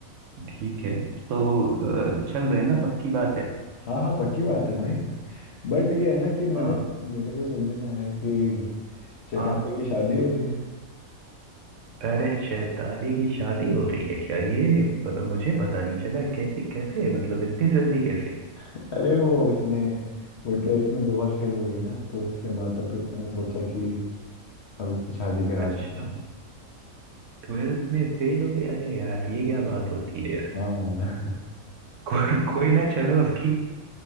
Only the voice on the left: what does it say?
हाँ हाँ पक्की बात है भाई बट ये है ना कि मैंने
मेरे को सुनने में आया कि चैताली
की शादी हो रही है
अरे वो उसने वो ट्वेल्थ में दो बार फेल हुई ना तो उसके माता पिता ने सोचा कि अब इसकी शादी करा
देते हैं
हाँ <laughs>